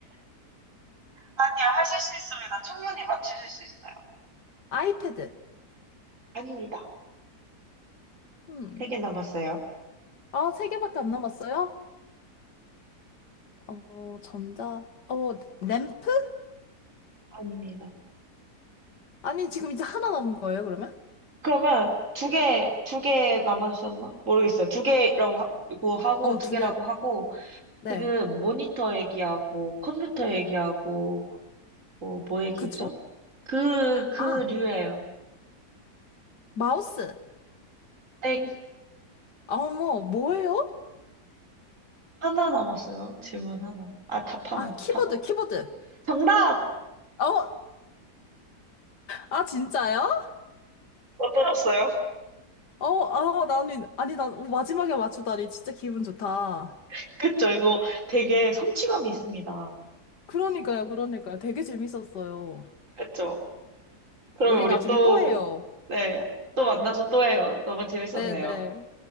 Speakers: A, on the right; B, on the left.
A: 아니요, 하실 수 있습니다. 충분히 맞추실 수 있어요.
B: 아이패드.
A: 아닙니다.
B: 음.
A: 세 개 남았어요.
B: 아, 세 개밖에 안 남았어요? 어, 전자. 어, 램프?
A: 아닙니다.
B: 아니, 지금 이제 하나 남은 거예요, 그러면?
A: 그러면 두 개, 두 개 남았었나? 모르겠어요. 두 개라고 하고, 하고,
B: 어,
A: 두
B: 두
A: 개라고
B: 개.
A: 하고,
B: 네.
A: 지금 모니터 얘기하고, 컴퓨터 얘기하고, 뭐, 뭐 얘기했죠?
B: 그쵸.
A: 그, 그
B: 아,
A: 류예요.
B: 마우스.
A: 땡.
B: 아, 어머, 뭐예요?
A: 하나 남았어요. 질문 하나. 아, 답 하나.
B: 아, 키보드,
A: 답.
B: 키보드.
A: 정답!
B: 어, 아, 진짜요?
A: 어떠셨어요?
B: 어, 아, 나는, 아니, 나 마지막에 맞추다니 진짜 기분 좋다.
A: <laughs> 그쵸, 이거 되게 성취감이 있습니다.
B: 그러니까요, 그러니까요. 되게 재밌었어요.
A: 그쵸? 그러면
B: 우리
A: 우리
B: 나중에
A: 또,
B: 또 해요.
A: 네, 또 만나서 또 해요. 너무 재밌었네요.
B: 네네.